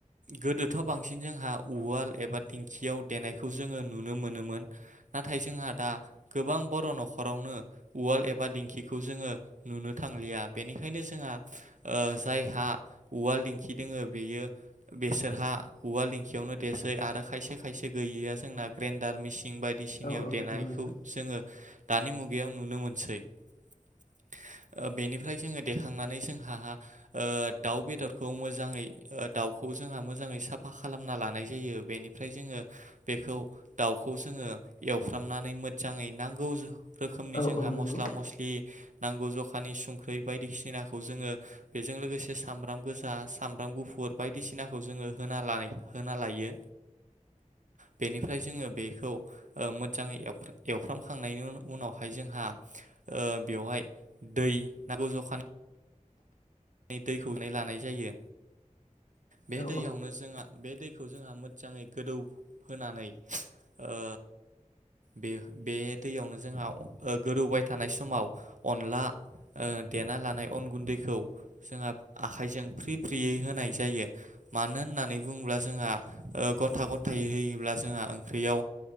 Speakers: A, on the right (about 70°); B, on the left (about 80°).
A: गोदोथ' जोंहा बांसिन उवाल एबि दिंखियाव देनायखौ जोङो नुनो मोनोमोन नाथाय जोंहा दा गोबां बर' न'खरावनो उवाल एबा दिंखिखौ जोङो नुनो थांलिया बेनिखायनो जोंहा ओ जायहा उवाल दिंखि दोङो बेयो बेसोरहा उवाल दिंखियावनो देसै आरो खायसे खायसे गैयैया जोंना ग्राइनदार मिसि सिन बायदिसिनायाव
B: औ औ
A: देनायखौ
B: नंगौ नोंथां
A: जोङो दानि मुगायाव नुनो मोनसै ओ बेनिफ्राय जोङो देखांनानै जोंहा ओ दाउ बेदरखौ मोजाङै दाउखौ जोंहा मोजाङै साफा खालामना लानाय जायो बेनिफ्राय जोङो बेखौ दाउखौ जोङो एवफ्रामनानै मोजाङै नांगौ रोखोमनि
B: औ
A: जोंहा
B: औ नंगौ
A: मस्ला-मस्लि नांगौ जखानि संख्रै बायदिसिनाखौ जोङो बेजों लोगोसे सामब्राम गोजा, सामब्राम गुफुर बायदिसिनाखौ जोङो होना लायो होना लायो बेनि ओमफ्राय जोङो बेखौ ओ मोजाङै एव एवफ्रामखांनायनि उनावहाय जोंहा ओ बेवहाय दै नांगौ जखानि दैखौ लानाय जायो बे
B: औ
A: दैयावनो जोंहा बे दैखौ जोंहा मोजाङै गोदौहोनानै ओ बे बे दैयावनो जोंहा ओ गोदौबाय थानाय समाव अनला ओ देना लानाय अन गुन्दैखौ जोंहा आखाइजों फ्रि फ्रियै होनाय जायो मानो होननानै बुङोब्ला जोंहा ओ गथा गथायै होयोब्ला जोंहा ओंख्रियाव